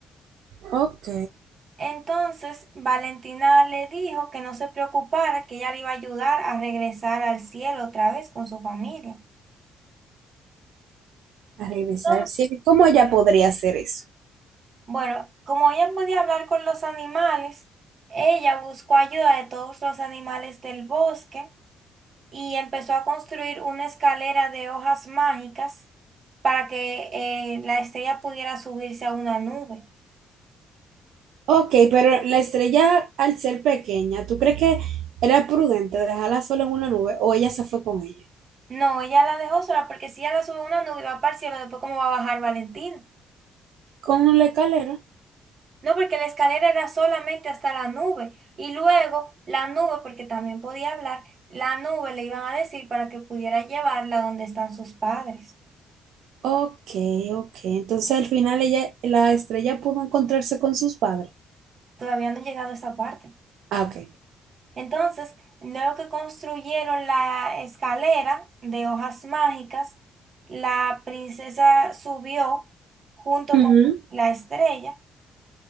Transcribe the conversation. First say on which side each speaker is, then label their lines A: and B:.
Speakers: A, on the right (about 80°); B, on the right (about 45°).
A: Ok,
B: Entonces, Valentina le dijo que no se preocupara, que ella le iba a ayudar a regresar al cielo otra vez con su familia.
A: a revisar
B: Entonces,
A: el cielo. ¿Cómo ella podría hacer eso?
B: bueno, como ella podía hablar con los animales, ella buscó ayuda de todos los animales del bosque y empezó a construir una escalera de hojas mágicas para que eh, la estrella pudiera subirse a una nube.
A: Ok, pero la estrella al ser pequeña, ¿tú crees que era prudente dejarla sola en una nube o ella se fue con ella?
B: No, ella la dejó sola porque si ella la sube a una nube y va para el cielo, después cómo va a bajar Valentina.
A: Con la escalera.
B: No, porque la escalera era solamente hasta la nube y luego la nube, porque también podía hablar, la nube le iban a decir para que pudiera llevarla donde están sus padres.
A: Ok, ok. Entonces al final ella, la estrella pudo encontrarse con sus padres.
B: Todavía no he llegado a esa parte.
A: Ah, ok.
B: Entonces, luego que construyeron la escalera de hojas mágicas, la princesa subió junto
A: Ujú,
B: con la estrella